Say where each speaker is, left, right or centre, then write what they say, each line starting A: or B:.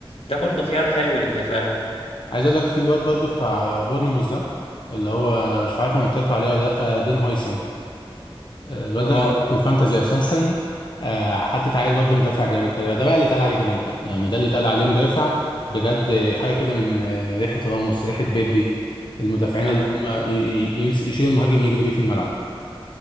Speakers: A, on the left; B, on the left.
A: ده برضو خيار حلو للدفاع
B: عايز اقول لك في الواد برضه بتاع بورنموث ده اللي هو مش عارف انا قلت لك عليه ولا لا آه، دين هويسن آه، الواد
A: اه
B: ده أنا جبته في الفانتازي اساسا آه، حطيت عيل برضه مدافع جامد كده بقى. ده بقى اللي اتقال عليه جرينتا يعني ده اللي اتقال عليه مدافع بجد آه، حاجه كده من آه، ريحه راموس ريحه بيبي المدافعين
A: اه
B: اللي هم ي- ي- يمس- يشيل المهاجم يجري بيه في الملعب